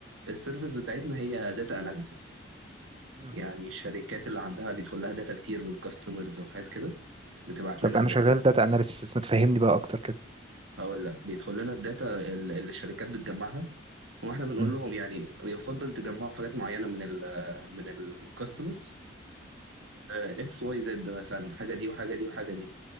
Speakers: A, on the right; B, on the right.
A: السيرفيس بتاعتنا هي داتا اناليسس
B: مم.
A: يعني الشركات اللي عندها بيدخل لها داتا كتير من كاستمرز وحاجات كده بتبعت
B: طب
A: لنا الداتا
B: انا شغال داتا اناليسيس ما تفهمني بقى اكتر كده
A: هقول لك بيدخل لنا الداتا اللي الشركات بتجمعها واحنا بنقول
B: مم.
A: لهم يعني يفضل تجمعوا حاجات معينه من ال من الكاستمرز اكس واي زد مثلا حاجه دي وحاجه دي وحاجه دي